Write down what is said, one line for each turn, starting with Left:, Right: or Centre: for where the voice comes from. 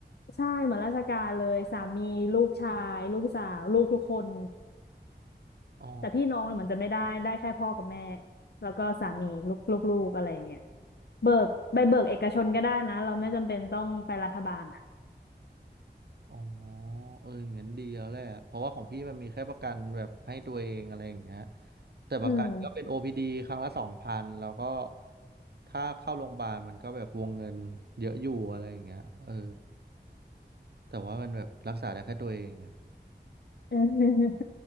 Left: ใช่เหมือนราชการเลยสามีลูกชายลูกสาวลูกทุกคน
Right: อ๋อ
Left: แต่พี่น้องเนี่ยเหมือนจะไม่ได้ได้แค่พ่อกับแม่แล้วก็สามีลูกลูกลูกอะไรอย่างเงี้ยเบิกใบเบิกเอกชนก็ได้นะเราไม่จำเป็นต้องไปรัฐบาลอ่ะ
Right: อ๋อเอองั้นดีแล้วแหละเพราะว่าของพี่มันมีแค่ประกันแบบให้ตัวเองอะไรอย่างเงี้ยแต่ประกันก็เป็น
Left: อืม
Right: OPD ครั้งละสองพันแล้วก็ถ้าเข้าโรงพยาบาลมันก็แบบวงเงินเยอะอยู่อะไรอย่างเงี้ยเออแต่ว่ามันแบบรักษาได้แค่ตัวเองไง
Left: <laughs>